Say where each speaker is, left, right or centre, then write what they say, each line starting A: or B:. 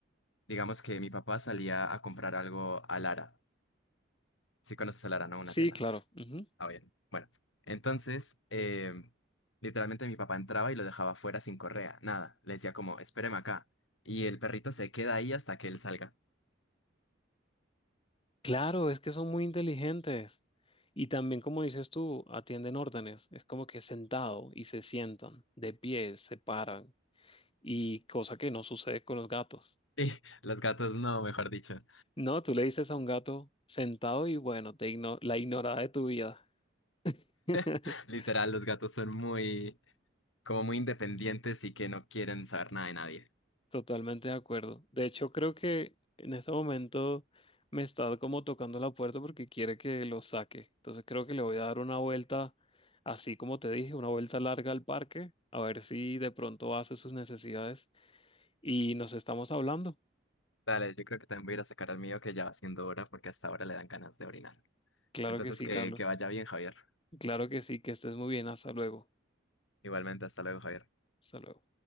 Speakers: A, on the left; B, on the left.
A: digamos que mi papá salía a comprar algo a Lara. Si conoces a Lara, ¿no? Una
B: sí,
A: tienda.
B: claro. ujú.
A: Ah, bien. Bueno, entonces, em, literalmente mi papá entraba y lo dejaba afuera sin correa, nada. Le decía como, espéreme acá. Y el perrito se queda ahí hasta que él salga. <laughs>
B: Claro, es que son muy inteligentes. Y también, como dices tú, atienden órdenes. Es como que sentado y se sientan, de pie, se paran. Y cosa que no sucede con los gatos.
A: Y los gatos no, mejor dicho.
B: No, tú le dices a un gato sentado y bueno, te igno- la ignorada de tu vida. <laughs>
A: <laughs> Literal, los gatos son muy, como muy independientes y que no quieren saber nada de nadie.
B: Totalmente de acuerdo. De hecho, creo que en este momento me está como tocando la puerta porque quiere que lo saque. Entonces creo que le voy a dar una vuelta, así como te dije, una vuelta larga al parque, a ver si de pronto hace sus necesidades y nos estamos hablando.
A: Dale, yo creo que también voy a ir a sacar al mío que ya va siendo hora porque hasta ahora le dan ganas de orinar.
B: Claro
A: Entonces,
B: que sí,
A: que,
B: Carlos.
A: que vaya bien, Javier.
B: Claro que sí, que estés muy bien. Hasta luego.
A: Igualmente, hasta luego, Javier.
B: Hasta luego.